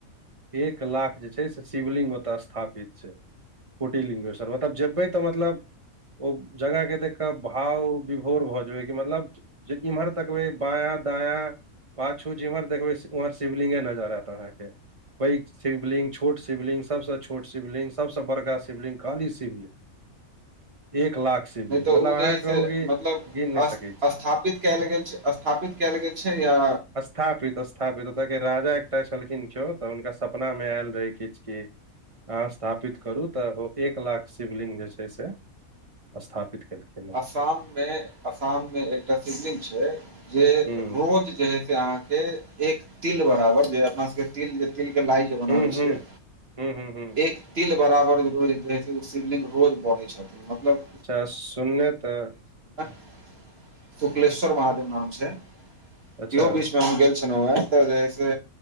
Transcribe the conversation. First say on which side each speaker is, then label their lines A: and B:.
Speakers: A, on the right (about 30°); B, on the right (about 50°).
A: एक लाख जे छै से शिवलिंग ओतय स्थापित छै कोटी लिंग्वेसर मतलब जेबै तऽ मतलब ओ जगह के देख कऽ भाव विभोर भऽ जेबै कि मतलब जे इम्हर तकबै बायाँ दायाँ पाछू जिमहर देखबै उमहर शिवलिंगे नजर एत अहाँके पैघ शिवलिंग छोट शिवलिंग सब स छोट शिवलिंग सभ सँ बड़का शिवलिंग खाली शिवलिंग एक लाख शिवलिंग
B: नय तऽ
A: मतलब
B: ओ
A: अहाँ
B: जे है
A: कहू
B: से
A: कि
B: मतलब
A: गिन नहि
B: अस
A: सकै छी
B: स्थापित कयल गेल स्थापित कयल गेल छै य
A: स्थापित स्थापित ओतऽ के राजा एकटा छलखिन केो तऽ हुनका सपना मे आयल रहै किछु कि अहाँ स्थापित करू तऽ ओ एक लाख शिवलिग जे छै से स्थापित केलखिन।
B: आसाम मे आसाम मे एकटा फिलडिग छै जे
A: हँ
B: रोज जे हे अहाँकेँ एक तिल बराबर जे अपना सभके तिल तिल के लाई जे बनाबै
A: हुँ हुँ
B: छियै
A: हुँ हुँ हुँ हुँ
B: एक तिल बराबर रोज जे है से ओ शिवलिग रोज बढ़ै छथिन मतलब
A: अच्छा सुनने त
B: कुकलेश्वर महादेव नाम छै
A: अच्छा
B: इहो बीच मे हम गेल छलहुँ हे जे है से